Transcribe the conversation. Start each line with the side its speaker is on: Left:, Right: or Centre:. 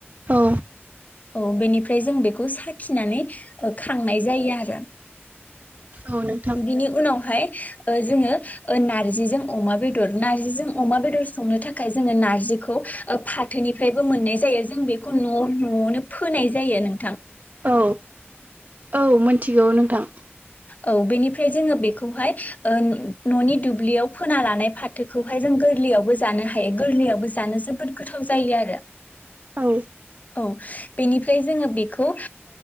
Right: औ
Left: औ बेनिफ्राय जों बेखौ साख खिनानै खांनाय जायो आरो
Right: औ नोंथां
Left: बिनि उनावहाय ओ जोङो ओ नारजिजों अमा बेदर नारजिजों अमा बेदर संनो थाखाय जोङो नारजिखौ फाथोनिफ्राय बो मोननाय जायो जों बेखौ न' न'आवनो फोनाय जायो नों
Right: औ औ मोनथिगौ नोंथां।
Left: औ बेनिफ्राय जोङो बेखौहाय ओ न'नि दुब्लियाव फोना लानाय फाथोखौहाय जों गोरलैयावबो जानो हायो गोरलैयावबो जानो जोबोद गोथाव जायो आरो
Right: औ
Left: औ बेनि ओमफ्राय जोङो बेखौ